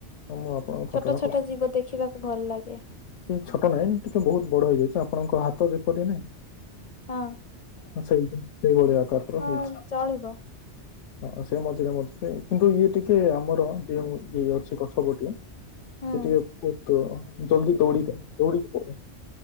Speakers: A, on the left; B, on the left.
A: ମୁଁ ଆପଣଙ୍କ ଫଟୋଟା
B: ଛୋଟ ଛୋଟ ଜୀବ ଦେଖିବାକୁ ଭଲ ଲାଗେ।
A: ପଠେଇଛି ଛୋଟ ନାଇଁ ଟିକେ ବହୁତ ବଡ ହେଇଯାଇଛି ଆପଣଙ୍କ ହାତ ଯେପରି ନାଇଁ।
B: ହଁ
A: ସେଇ ସେଇଭଳିଆ ଆକାର
B: ହଁ
A: ହେଇଛି।
B: ଚଳିବ
A: ହଁ ସେ ମଝିରେ ମଝିରେ କିନ୍ତୁ ଇଏ ଟିକେ ଆମର ଯୋଉ ଇଏ ଅଛି ଗଛପଟି। ସେ
B: ହୁଁ
A: ଟିକେ ବହୁତ ଜଲଦି ଦୌଡ଼ି ଟା ଦୌଡ଼ିିକି ପଳାଏ।